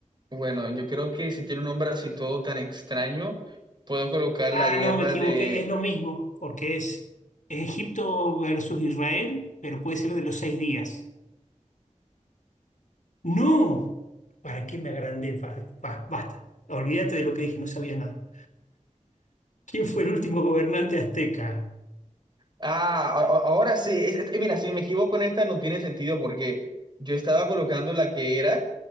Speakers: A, on the right; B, on the left.
A: Bueno, yo creo que si tiene un nombre así todo tan extraño, puedo colocar
B: Ah,
A: la guerra
B: no, me equivoqué,
A: de.
B: es lo mismo, porque es Egipto versus Israel, pero puede ser de los seis días. ¡No! ¿Para qué me agrandé? Farri? Ba- Basta, olvídate de lo que dije, no sabía nada. ¿Quién fue el último gobernante azteca?
A: Ah, a- a- ahora sí. Es- es- Mira, si me equivoco en esta no tiene sentido porque yo estaba colocando la que era